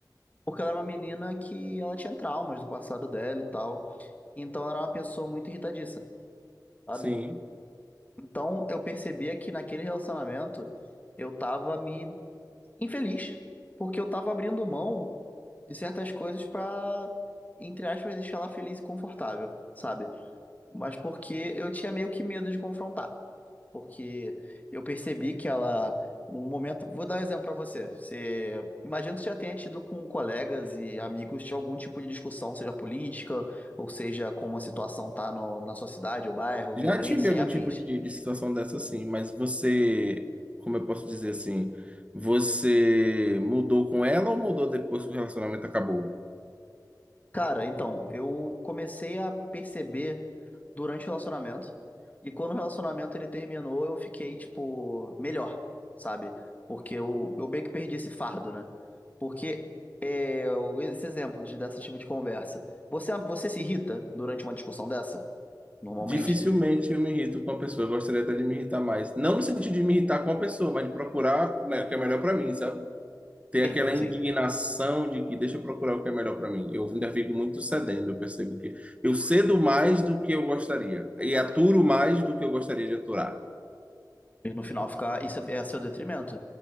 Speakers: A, on the left; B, on the right.
A: porque ela era uma menina que ela tinha traumas do passado dela e tal, então ela era uma pessoa muito irritadiça, sabe?
B: sim.
A: Então eu percebia que naquele relacionamento eu tava me infeliz, porque eu tava abrindo mão de certas coisas pra, entre aspas, deixar ela feliz e confortável, sabe? Mas porque eu tinha meio que medo de confrontar. Porque eu percebi que ela, um momento, vou dar um exemplo pra você. Você imagina que você já tenha tido com colegas e amigos de algum tipo de discussão, seja política, ou seja, como a situação tá no- na sua cidade ou bairro, violência
B: Já tive algum
A: e afins.
B: tipo de, de situação dessa, sim, mas você, como eu posso dizer assim, você mudou com ela ou mudou depois que o relacionamento acabou?
A: Cara, então, eu comecei a perceber durante o relacionamento, e quando o relacionamento ele terminou, eu fiquei, tipo, melhor, sabe? Porque eu, eu meio que perdi esse fardo, né? Porque é, o- esse exemplo de, desse tipo de conversa. Você, você se irrita durante uma discussão dessa, normalmente?
B: Dificilmente eu me irrito com a pessoa, eu gostaria até de me irritar mais. Não no sentido de me irritar com a pessoa, mas de procurar o me- o que é melhor para mim, sabe? Ter
A: Sim,
B: aquela indignação
A: sim.
B: de que deixa eu procurar o que é melhor para mim. Eu ainda fico muito cedendo, eu percebo que eu cedo mais do que eu gostaria e aturo mais do que eu gostaria de aturar.
A: E no final ficar, isso é, é a seu detrimento.